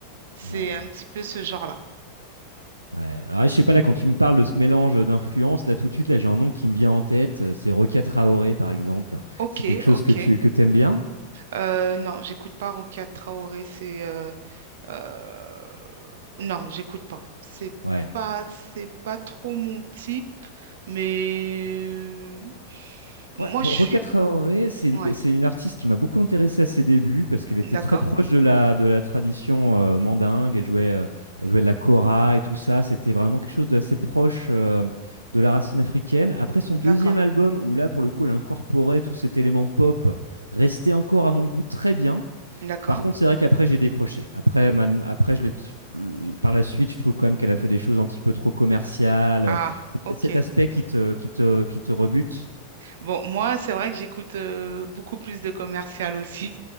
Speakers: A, on the right; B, on the right.
A: C'est
B: ouais,
A: un petit peu ce genre-là.
B: Ah ouais. Alors, je sais pas, là, quand tu me parles de ce mélange d'influences, là, tout de suite, là, j'ai un nom qui me vient en tête. euh, C'est Rokia Traoré, par exemple.
A: Ok,
B: C'est quelque chose
A: ok.
B: que tu que t'aimes bien?
A: Euh, non, j'écoute pas Rokia Traoré, c'est euh, euh, non, j'écoute pas. C'est
B: Ouais.
A: pas c'est pas trop mon type, mais euh, moi
B: Ouais, Ro-
A: je suis
B: Rokia Traoré, c'est une,
A: ouais,
B: c'est une artiste qui m'a beaucoup intéressé à ses débuts parce qu'elle était
A: d'accord,
B: très proche de la, de la tradition euh, mandingue. Elle jouait, euh, elle jouait de la kora et tout ça. C'était vraiment quelque chose d'assez proche euh, de la racine africaine. Après son deuxième
A: d'accord,
B: album, où là, pour le coup, elle incorporait tout cet élément pop, restait encore à mon goût très bien.
A: d'accord.
B: Par contre, c'est vrai qu'après, j'ai décroché. Après, man- après je l'ai t- par la suite, je trouve quand même qu'elle a fait des choses un petit peu trop commerciales.
A: Ah,
B: C'est
A: ok.
B: peut-être cet aspect qui te, qui te, qui te rebute.
A: Bon, moi c'est vrai que j'écoute euh, beaucoup plus de commercial aussi.